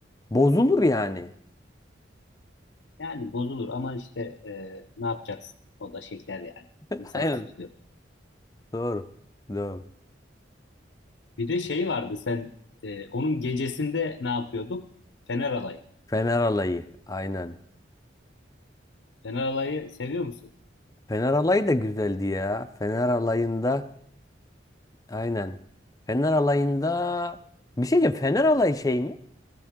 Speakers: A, on the left; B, on the left.
A: Bozulur yani.
B: Yani bozulur ama işte e, ne yapacaksın? O da şeker yani.
A: <laughs>
B: İnsan
A: Aynen.
B: tutuyor.
A: Doğru. Doğru.
B: Bir de şey vardı sen e, onun gecesinde ne yapıyorduk? Fener alayı.
A: Fener alayı. Aynen.
B: Fener alayı seviyor musun?
A: Fener alayı da güzeldi ya. Fener alayında. Aynen. Fener alayında. Bir şey diyeceğim. Fener alayı şey mi?